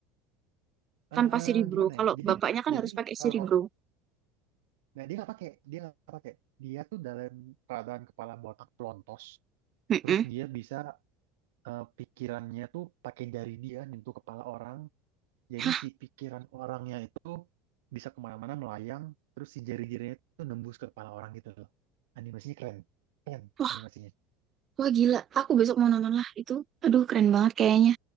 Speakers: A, on the right; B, on the right.
A: eh
B: tanpa Cerebro
A: gimana
B: kalau
A: ya jadi
B: bapaknya kan
A: jadi
B: harus pakai
A: kalau
B: Cerebro
A: nah dia nggak pakai dia nggak pakai dia tuh dalam keadaan kepala botak pelontos
B: Mm-mm.
A: Terus dia bisa eh, pikirannya tuh pakai jari dia nyentuh kepala orang. Jadi
B: Hah,
A: si pikiran orangnya itu bisa kemana-mana melayang. Terus si jari-jarinya tuh nembus ke kepala orang gitu loh. Animasinya keren. Keren
B: wah
A: animasinya.
B: wah gila aku besok mau nonton lah itu aduh keren banget kayaknya